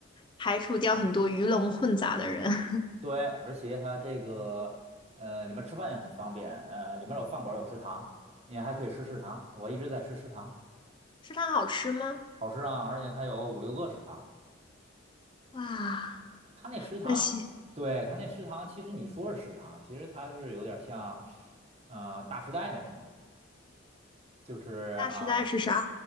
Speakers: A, on the left; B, on the right.
A: 排除掉很多鱼龙混杂的人。<laughs>
B: 对，而且它这个呃里面吃饭也很方便，呃里面有饭馆有食堂，你还可以吃食堂，我一直在吃食堂，
A: 食堂好吃吗？
B: 好吃啊，而且它有五六个食堂。
A: 哇，
B: 他那食堂，
A: 那西
B: 对，他那食堂，其实你说是食堂，其实它是有点像，呃，大时代那种，就是啊，
A: 大时代是啥？